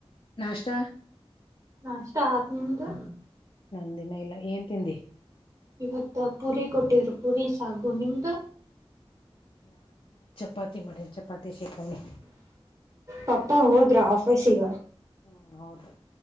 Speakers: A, on the left; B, on the right.
A: ನಾಷ್ಟ
B: ಅಷ್ಟ ಆತ್ ನಿಮ್ದು
A: ನಾ ದಿನ ಇಲ್ಲ ಏನ್ ತಿನಂದ
B: ಇವತ್ತ ಪುರಿ ಕೊಟ್ಟಿದರು ಪುರಿ ಸಾಗು ನಿಮ್ದು
A: ನಾನು ಚಪಾತಿ ಮಾಡಿನ್ ಚಪಾತಿ ಶಕಾವಿ
B: ಪಾಪ್ಪ ಹೋದ್ರಾ ಆಫೀಸ ಈಗ
A: ಹ್ಮ್ ಹೌದೀ